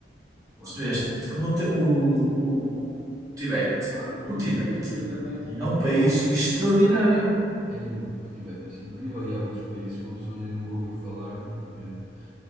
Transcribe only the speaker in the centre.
claro.
Claro,
eu
percebo isso perfeitamente e,
e é uma coisa,
é, o do Tibete deve ser incrível e há outros países que uma pessoa nem nunca ouviu falar e, eh,